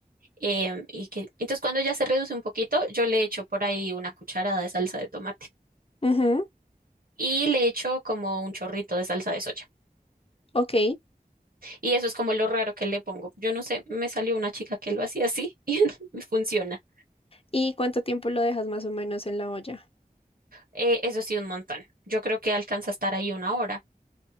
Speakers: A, on the right; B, on the left.
A: Em, y que, entonces cuando ya se reduce un poquito, yo le echo por ahí una cucharada de salsa de tomate
B: Ujú,
A: y le echo como un chorrito de salsa de soya.
B: Ok.
A: Y eso es como lo raro que le pongo. Yo no sé, me salió una chica que lo hacía así <laughs> y me funciona.
B: ¿Y cuánto tiempo lo dejas más o menos en la olla?
A: Eh, eso sí, un montón. Yo creo que alcanza a estar ahí una hora.